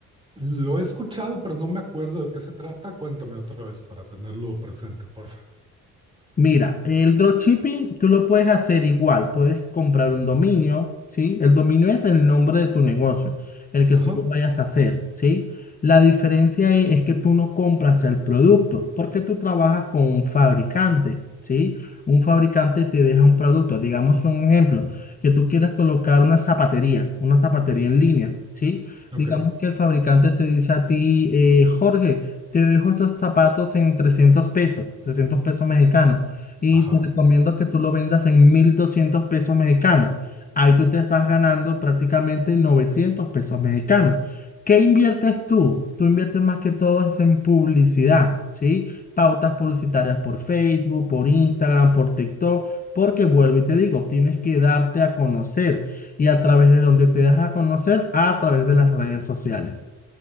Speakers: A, on the right; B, on the left.
A: Lo he escuchado, pero no me acuerdo de qué se trata. Cuéntame otra vez para tenerlo presente, porfa.
B: Mira, el dropshipping tú lo puedes hacer igual, puedes comprar un dominio, ¿sí? El dominio es el nombre de tu negocio, el que
A: Ajá,
B: tú lo vayas a hacer, ¿sí? La diferencia ahí es que tú no compras el producto, porque tú trabajas con un fabricante, ¿sí? Un fabricante te deja un producto, digamos un ejemplo, que tú quieras colocar una zapatería, una zapatería en línea, ¿sí?
A: ok,
B: Digamos que el fabricante te dice a ti, eh, Jorge, te dejo estos zapatos en 300 pesos, 300 pesos mexicanos y
A: ajá.
B: te recomiendo que tú lo vendas en 1.200 pesos mexicanos. Ahí tú te estás ganando prácticamente 900 pesos mexicanos. ¿Qué inviertes tú? Tú inviertes más que todo es en publicidad, ¿sí? Pautas publicitarias por Facebook, por Instagram, por TikTok, porque vuelvo y te digo, tienes que darte a conocer. ¿Y a través de donde te das a conocer? A través de las redes sociales.